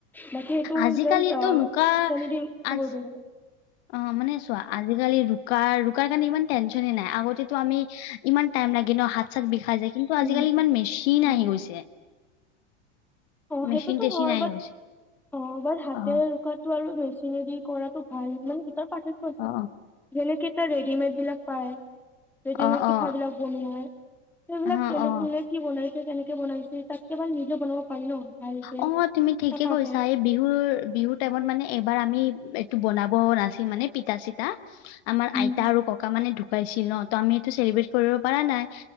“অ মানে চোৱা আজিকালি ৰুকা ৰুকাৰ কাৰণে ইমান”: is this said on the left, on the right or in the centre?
Left